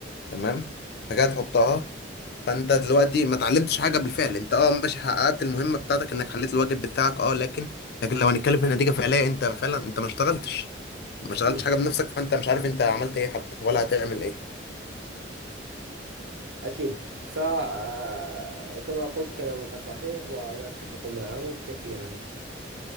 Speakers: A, on the left; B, on the right.
A: تمام فجاه تحطها فانت دلوقتي ما اتعلمتش حاجه بالفعل انت اه ماشي حققت المهمه بتاعتك انك حليت الواجب بتاعك اه لكن لكن لو هنتكلم في نتيجة فعلية انت فعلا انت ما اشتغلتش ما
B: أكيد
A: اشتغلتش حاجة بنفسك فانت مش عارف انت عملت ايه حتى ولا هتعمل ايه
B: أكيد فكما قلت كلامك صحيح وأنا أتفق معه كثيرا